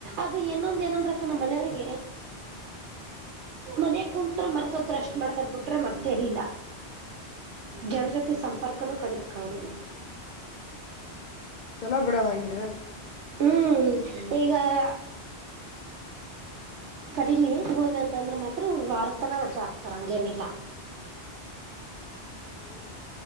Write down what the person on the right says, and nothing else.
ಅದು ಇನ್ನೊಂದ
ಏನಂದ್ರಕ್ಕ ನಮ್ಮ ಮನೆಯವರಿಗೆ ಮನೆ
ಕುತ್ರ ಮನಸತ್ರ ರಷ್ಟಟ್ ಮಾಡ್ತಾರೆಬಿಟ್ರೆ ಮತೆಲ್ಲಿಲ್ಲ ಜನಜಾತಿ
ಸಂಪರ್ಕನು ಕಡಿ ನಿಖಾವರಿ
ಹ್ಮ್ ಈಗಲ್ಲ ಕಡಿಮೆ ತಗೋದ್ವಿ ಅಂತಂದ್ರೆ ಮಾತ್ರ ಒಂದು ವಾರ ತನ ರಜೆ ಆಗ್ತಾರ ಹಂಗೇನಿಲ್ಲ